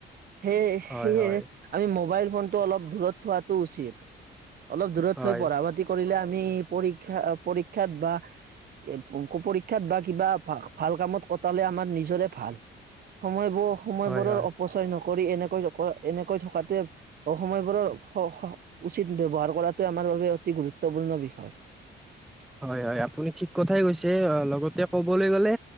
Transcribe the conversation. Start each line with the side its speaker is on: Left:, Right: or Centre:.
Right: সেয়ে
Centre: হয়
Right: সেয়হে
Centre: হয়
Right: আমি মোবাইল ফোনটো অলপ দূৰত থোৱাটো উচিত। অলপ দূৰত
Centre: হয়
Right: থৈ পঢ়া পাতি কৰিলে আমি পৰীক্ষা পৰীক্ষাত বা এ অংক পৰীক্ষাত বা কিবা ভাল কামত কটালে আমাৰ নিজৰে ভাল। সময়বোৰ সময়বোৰৰ
Centre: হয় হয়
Right: অপচয় নকৰি এনেকৈ এনেকৈ থকাতোৱে সময়বোৰৰ উচিত ব্যৱহাৰ কৰাটো আমাৰ বাবে অতি গুৰুত্বপূৰ্ণ বিষয়।
Centre: হয়, হয় আপুনি ঠিক কথাই কৈছে অ লগতে ক'বলে গলে,